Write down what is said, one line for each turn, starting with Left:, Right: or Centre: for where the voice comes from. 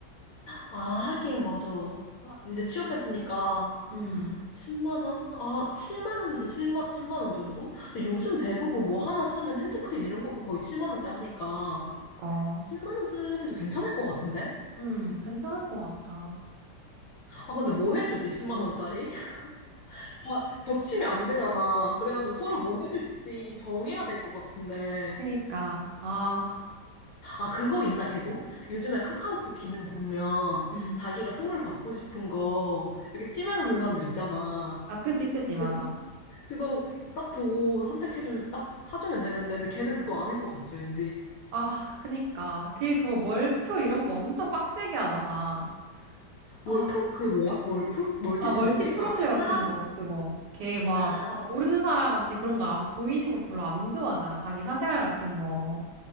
Left: 아, 하긴, 맞아. 아, 이제 취업했으니까
Right: 음,
Left: 10만 원? 아, 7만 원에서 7만 10만 원 정도? 근데 요즘 대부분 뭐 하나 사면 핸드크림 이런 것도 거의 7만 원대 하니까
Right: 그니까.
Left: 10만 원짜리도 괜찮을 것 같은데?
Right: 음, 괜찮을 것 같아.
Left: 아, 근데 뭐 해주지, 10만 원짜리? <laughs> 아, 겹치면 안 되잖아. 그래가지고 서로 뭐 해줄지 정해야 될 것 같은데.
Right: 그니까, 아,
Left: 아, 그거 있나, 걔도? 요즘에 카카오톡 기능 보면
Right: 음.
Left: 자기가 선물 받고 싶은 거 이렇게 찜해놓는 사람들 있잖아.
Right: 아, 그지, 그지,
Left: 근데
Right: 맞아.
Left: 그, 그거 딱 보고 선택해주면, 딱 사주면 되는데, 근데 걔는 그거 안 할 것 같지, 왠지.
Right: 아, 그니까. 그게 그거 멀프 이런 거 엄청 빡세게 하잖아.
Left: 몰프?
Right: 아,
Left: 그게 뭐야? 몰프? 멀티
Right: 아,
Left: 프로필?
Right: 멀티 프로필
Left: 아, 아,
Right: 같은 거, 그거. 걔 막,
Left: 아,
Right: 다
Left: 맞아요.
Right: 모르는 사람한테 그런 거 안, 보이는 거 별로 안 좋아하잖아. 자기 사생활 같은 거.